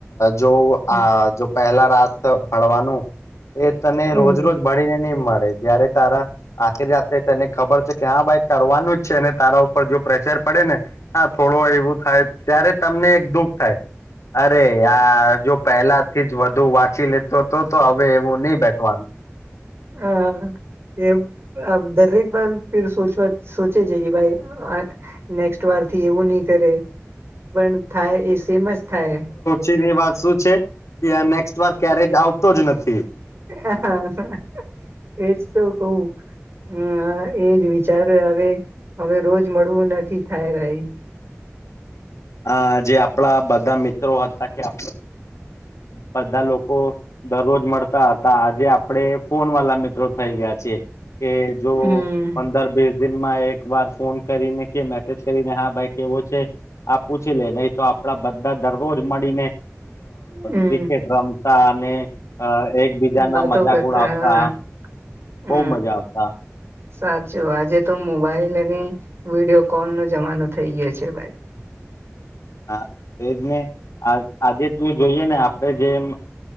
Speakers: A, on the left; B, on the right.
A: જો
B: હમ
A: આ જો પહેલા રાત ભળવાનું. એ તને
B: હમ
A: રોજ રોજ ભાળીને નહી મળે. જય્યારે. તારા આતે જતે તને. ખબર છે કે હા ભાઈ કરવાનું જ છે અને તારા ઉપર જો પ્રેશર. પડે ને હા થોડું એવું થાય ત્યારે તમને એક દુઃખ થાય અરે યાર જો પહેલા થી જ વધુ વાંચી લેતો. તો તો હવે એવું નહીિ બેઠવાનું.
B: હા એ દરેક વાર ફિર સોચે છે ભાઈ નેક્ વાર થી એવું નહી કરે. પણ થાય એ સેમ જ થાય.
A: ની વાત શું છે. નેક્સ્ટ વાર ક્યારેક આવ. તો જ નથી.
B: હ એજ તો કવું હમ એજ વિચાર હવે હવે રોજ મળવું નથી થાય ભાઈ.
A: આ જે આપણા બધા મિત્રો હતા કે આપ બધા લોકો દરરોજ મળતા હતા આજે આપડે ફોન વાલા મિત્રો થઇ ગયા છે. કે જો
B: હમ
A: પંદર બીસ. દિનમાં એક વાર ફોન કરીને કે મેસેજ કરીને હા ભાઈ. કેવો છે આ પૂછી લે નહી તો આપડા બધા દરરોજ મળીને.
B: હમ
A: ક્રિકેટ રમતા અને એકબીજા ના
B: વાતો
A: મજાક
B: કરતા
A: ઉડાવતા.
B: હા હમ
A: બઉુ મજા આવતા.
B: સાચું આજે તો મોબાઈલ અને વિડીિયો કોલ નો જમાનો થઈ ગયો છે ભાઈ.
A: હા એજ ને આજે તું જોઈએ ને આપણેે જેમ